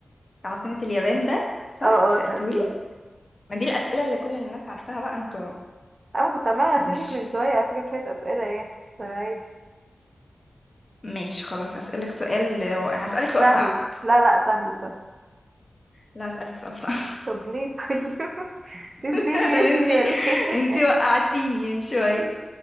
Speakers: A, on the left; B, on the right.
A: عاصمة اليابان ده صح
B: اه
A: انتي
B: اه
A: سألتيهولي
B: سألتولي
A: ما دي الأسئلة اللي كل الناس عارفاها بقى انتوا
B: أنا كنت عمالة
A: مش
B: أغششك من شوية على فكرة شوية أسئلة يعني فعادي
A: ماشي خلاص هسألك سؤال هسألك سؤال
B: سهل
A: صعب
B: لا لا سهل سهل
A: لا هسألك سؤال صعب
B: طب ليه طيب <laughs>
A: <laughs>
B: تنتني
A: عشان انتي
B: مني ولا ايه
A: انتي وقعتيني من شوية